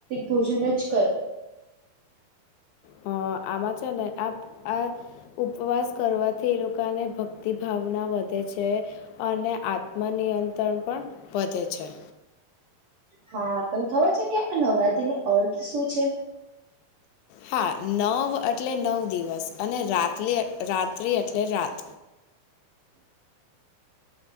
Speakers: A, on the right; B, on the left.
A: ભોજન જ કરે
B: હ આમાં છે ન આ આ ઉપવાસ કરવાથી એ લોકોને ભક્તિ ભાવના વધે છે અને આત્મનિયંત્રણ પણ વધે છે
A: હા તમને ખબર છે કે આ નવરાત્રી નો અર્થ શું છે
B: હા નવ એટલે નવ દિવસ અને રાત્ર રાત્રિ એટલે રાત